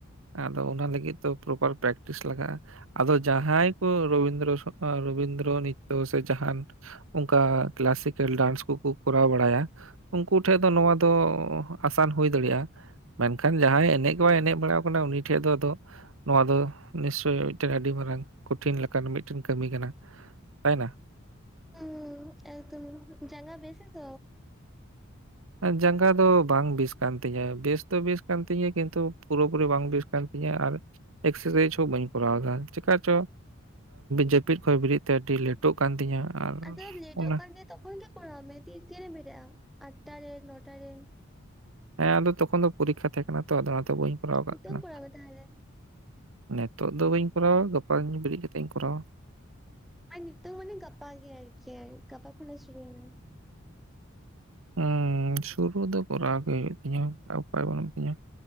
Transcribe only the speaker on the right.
ᱟᱫᱚ ᱚᱱᱟ ᱞᱟᱹᱜᱤᱫ ᱛᱚ ᱯᱨᱚᱯᱟᱨ ᱯᱮᱠ -ᱴᱤᱥ ᱞᱟᱜᱟᱜᱼᱟ, ᱟᱫᱚ ᱡᱟᱦᱟᱸᱭ ᱠᱚ ᱨᱚᱵᱤᱱᱫᱨᱚ ᱫᱚ ᱨᱚᱵᱤᱱᱫᱨᱚ ᱱᱤᱛᱛᱚ ᱥᱮ ᱡᱟᱦᱟᱱ ᱚᱱᱠᱟ ᱠᱞᱟᱥᱤᱠᱮᱞ ᱰᱟᱱᱥ ᱠᱚᱠᱚ ᱠᱚᱨᱟᱣ ᱵᱟᱲᱟᱭᱟ, ᱩᱱᱠᱩ ᱴᱷᱮᱡ ᱫᱚ ᱱᱚᱣᱟ ᱫᱚ ᱟᱥᱟᱱ ᱦᱩᱭ ᱫᱟᱲᱮᱭᱟᱜᱼᱟ, ᱢᱮᱱᱠᱷᱟᱱ ᱡᱟᱦᱟᱸᱭ ᱮᱱᱮᱡ ᱵᱟᱭ ᱮᱱᱮᱡ ᱵᱟᱲᱟᱣ ᱠᱟᱱᱟ ᱩᱱᱤ ᱴᱷᱮᱡ ᱫᱚ ᱟᱫᱚ, ᱱᱚᱣᱟ ᱫᱚ ᱱᱤᱥᱪᱳᱭ ᱢᱤᱫ ᱴᱮᱱ ᱟᱹᱰᱤ ᱢᱟᱨᱟᱝ ᱠᱚ ᱴᱷᱤᱱ ᱞᱮᱠᱟᱱ ᱢᱤᱫ ᱴᱮᱱ ᱠᱟᱹᱢᱤ ᱠᱟᱱᱟ᱾ ᱛᱟᱭᱱᱟ?
ᱡᱟᱸᱜᱟ ᱫᱚ ᱵᱟᱝ ᱵᱮᱥ ᱠᱟᱱ ᱛᱤᱧᱟᱹ ᱵᱮᱥ ᱫᱚ ᱵᱮᱥ ᱠᱟᱱ ᱛᱤᱧᱟᱹ ᱠᱤᱱᱛᱩ ᱯᱩᱨᱟᱹ ᱯᱩᱨᱤ ᱵᱟᱝ ᱵᱮᱥ ᱠᱟᱱ ᱛᱤᱧᱟᱹ, ᱟᱨ ᱮᱠᱥᱟᱥᱟᱭᱤᱡᱽ ᱦᱚᱸ ᱵᱟᱹᱧ ᱠᱚᱨᱟᱣᱫᱟ ᱪᱤᱠᱟᱹ ᱪᱚ, ᱡᱟᱹᱯᱤᱫ ᱠᱷᱚᱡ ᱵᱤᱨᱤᱫ ᱛᱮ ᱟᱹᱰᱤ ᱞᱮᱴᱚᱜ ᱠᱟᱱ ᱛᱤᱧᱟᱹ, ᱟᱨ
ᱚᱱᱟ
ᱦᱮᱸ ᱟᱫᱚ ᱛᱚᱠᱷᱚᱱ ᱫᱚ ᱯᱚᱨᱤᱠᱷᱟ ᱛᱟᱦᱮᱸ ᱠᱟᱱᱟ ᱛᱚ ᱟᱫᱚ ᱚᱱᱟ ᱛᱮ ᱵᱟᱹᱧ ᱠᱚᱨᱟᱣ
ᱠᱟᱜ ᱛᱟᱦᱮᱱᱟ
ᱱᱤᱛᱚᱜ ᱫᱚ ᱵᱟᱹᱧ ᱠᱚᱨᱟᱣᱟ ᱜᱟᱯᱟᱧ ᱵᱮᱨᱮᱫ ᱠᱟᱛᱮ ᱤᱧ ᱠᱚᱨᱟᱣᱟ᱾
ᱦᱩᱸ ᱥᱩᱨᱩ ᱫᱚ ᱠᱚᱨᱟᱣ ᱜᱮ ᱦᱩᱭᱩᱜ ᱛᱤᱧᱟᱹ, ᱟᱨ ᱩᱯᱟᱭ ᱵᱟᱹᱱᱩᱜ ᱛᱤᱧᱟᱹ,